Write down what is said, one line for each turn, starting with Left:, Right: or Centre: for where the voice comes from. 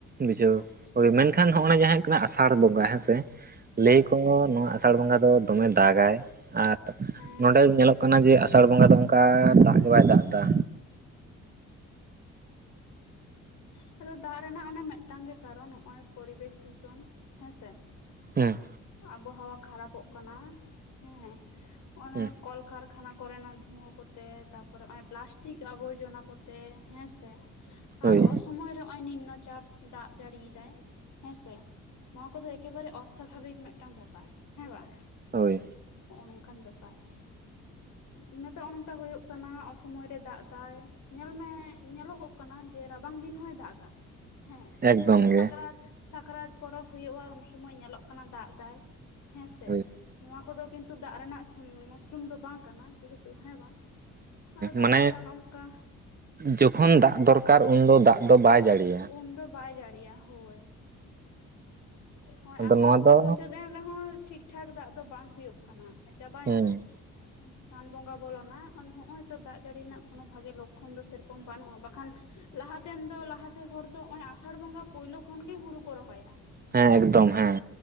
Right: ᱵᱩᱡᱷᱟᱹᱣ,
Left: ᱟᱪᱪᱷᱟ
Right: ᱢᱮᱱᱠᱷᱟᱱ ᱦᱚᱸᱜ-ᱚ ᱱᱟ ᱡᱟᱦᱟᱸ ᱦᱩᱭᱩᱜ ᱠᱟᱱᱟ ᱟᱥᱟᱲ ᱵᱚᱸᱜᱟ ᱦᱮᱸ ᱥᱮ᱾
Left: ᱦᱳᱭ
Right: ᱞᱟᱹᱭᱟᱠᱚ ᱱᱚᱣᱟ ᱟᱥᱟᱲ ᱵᱚᱸᱜᱟ ᱫᱚ ᱫᱚᱢᱮ ᱫᱟᱜᱟᱭ, ᱟᱨ
Left: ᱦᱮᱸ
Right: ᱱᱚᱰᱮ ᱧᱮᱞᱚᱜ ᱠᱟᱱᱟ ᱡᱮ ᱟᱥᱟᱲ ᱵᱚᱸᱜᱟ ᱫᱚ ᱚᱝᱠᱟ ᱫᱟᱜ ᱜᱮ ᱵᱟᱭ ᱫᱟᱜ ᱮᱫᱟ᱾
Left: ᱦᱩᱸᱻ ᱟᱫᱚ ᱫᱟᱜ ᱨᱮᱱᱟᱜ ᱚᱱᱮ ᱢᱤᱫᱴᱟᱝ ᱜᱮ ᱠᱟᱨᱚᱱ ᱦᱚᱸᱜ-ᱚᱭ ᱯᱚᱨᱤᱵᱮᱥ ᱫᱷᱩᱥᱚᱱ ᱦᱮᱸ ᱥᱮ᱾
Right: ᱦᱩᱸ᱾
Left: ᱟᱵᱚᱦᱟᱣᱟ ᱠᱷᱟᱨᱟᱯᱚᱜ ᱠᱟᱱᱟ, ᱦᱮᱸ᱾ ᱚᱱᱮ
Right: ᱦᱩᱸ᱾
Left: ᱠᱚᱞᱠᱟᱨᱠᱷᱟᱱᱟ ᱠᱚ ᱨᱮᱱᱟᱜ ᱫᱷᱩᱶᱟᱹ ᱠᱚ, ᱛᱮ ᱛᱟᱯᱚᱨ ᱦᱚᱸᱜᱚᱭ ᱯᱞᱟᱥᱴᱤᱠ ᱟᱵᱚᱨᱡᱚᱱᱟ ᱠᱚᱛᱮ ᱦᱮᱸ ᱥᱮ,
Right: ᱦᱳᱭ
Left: ᱟᱨ ᱚᱥ ᱥᱚᱢᱚᱭ ᱨᱮ ᱦᱚᱸᱜ-ᱚᱭ ᱱᱤᱢᱱᱚ ᱪᱟᱯ ᱫᱟᱜ ᱡᱟᱹᱲᱤ ᱮᱫᱟᱭ ᱦᱮᱸ ᱥᱮ᱾ ᱱᱚᱣᱟ ᱠᱚᱫᱚ ᱮᱠᱮᱵᱟᱨᱮ ᱚᱥᱟᱵᱷᱟᱵᱤᱠ ᱢᱤᱫᱴᱟᱝ ᱵᱮᱯᱟᱨ, ᱦᱮᱸ ᱵᱟᱝ?
Right: ᱦᱳᱭ
Left: ᱦᱚᱸᱜ-ᱚ ᱱᱚᱝᱠᱟᱱ ᱵᱮᱯᱟᱨ, ᱤᱱᱟᱹᱛᱮ ᱱᱚᱜ ᱱᱚᱝᱠᱟ ᱦᱩᱭᱩᱜ ᱠᱟᱱᱟ ᱚᱥᱚᱢᱚᱭ ᱨᱮ ᱫᱟᱜ ᱫᱟᱭ ᱧᱮᱞ ᱢᱮ, ᱧᱮᱞᱚᱜᱚᱜ ᱠᱟᱱᱟ ᱡᱮ ᱨᱟᱵᱟᱝ ᱫᱤᱱ ᱦᱚᱸᱭ ᱫᱟᱜᱟ᱾ ᱦᱮᱸ,
Right: ᱮᱠᱫᱚᱢ ᱜᱮ
Left: ᱥᱟᱠᱨᱟᱛ, ᱥᱟᱠᱨᱟᱛ ᱯᱚᱨᱚᱵᱽ ᱦᱩᱭᱩᱜᱼᱟ, ᱩᱱ ᱥᱚᱢᱚᱭ ᱧᱮᱞᱚᱜ ᱠᱟᱱᱟ ᱫᱟᱜ ᱫᱟᱭ᱾ ᱦᱮᱸ ᱥᱮ,
Right: ᱦᱳᱭ
Left: ᱱᱚᱣᱟ ᱠᱚᱫᱚ ᱠᱤᱱᱛᱩ ᱫᱟᱜ ᱨᱮᱱᱟᱜ ᱢᱩᱥᱨᱩᱢ ᱫᱚ ᱵᱟᱝ ᱠᱟᱱᱟ ᱡᱮᱦᱮᱛᱩ ᱦᱮᱸ ᱵᱟᱝ᱾ ᱟᱻ ᱫᱟᱜ
Right: ᱢᱟᱱᱮ
Left: ᱮᱫᱟᱭ ᱚᱱᱮ ᱚᱝᱠᱟ᱾
Right: ᱡᱚᱠᱷᱚᱱ ᱫᱟᱜ ᱫᱚᱨᱠᱟᱨ ᱩᱱ ᱫᱚ ᱫᱟᱜ ᱫᱚ ᱵᱟᱭ ᱡᱟᱹᱲᱤᱭᱟ᱾
Left: ᱩᱱ ᱫᱚ ᱵᱟᱭ ᱡᱟᱹᱲᱤᱭᱟ ᱦᱳᱭ᱾ ᱦᱮᱸ,
Right: ᱟᱫᱚ
Left: ᱟᱥᱟᱲ
Right: ᱱᱚᱣᱟ
Left: ᱵᱚᱸᱜᱟ
Right: ᱫᱚ
Left: ᱢᱩᱪᱟᱹᱫ ᱮᱱ ᱨᱮᱦᱚᱸ ᱴᱷᱤᱠ-ᱴᱷᱟᱠ ᱫᱟᱜ ᱫᱚ ᱵᱟᱝ ᱦᱩᱭᱩᱜ ᱠᱟᱱᱟ ᱪᱟᱵᱟᱭᱮᱱᱟ᱾
Right: ᱦᱮᱸ
Left: ᱥᱟᱱ ᱵᱚᱸᱜᱟ ᱵᱚᱞᱚᱱᱟ ᱟᱨ ᱦᱚᱸᱜᱼᱚᱭ ᱛᱚ ᱫᱟᱜ ᱡᱟᱹᱲᱤ ᱨᱮᱱᱟᱜ ᱠᱳᱱᱳ ᱵᱷᱟᱜᱮ ᱞᱚᱠᱠᱷᱚᱱ ᱫᱚ ᱥᱮᱨᱚᱠᱚᱢ ᱵᱟᱹᱱᱩᱜᱼᱟ, ᱵᱟᱠᱷᱟᱱ ᱞᱟᱦᱟᱛᱮᱱ ᱫᱚ ᱞᱟᱦᱟᱛᱮ ᱦᱚᱲ ᱫᱚ ᱦᱚᱸᱜᱼᱚᱭ ᱟᱥᱟᱲ ᱵᱚᱸᱜᱟ ᱯᱳᱭᱞᱳ ᱠᱷᱚᱱ ᱜᱮ ᱦᱩᱲᱩ ᱠᱚ ᱨᱚᱦᱚᱭᱟ᱾
Right: ᱦᱮᱸ, ᱮᱠᱫᱚᱢ ᱦᱮᱸ᱾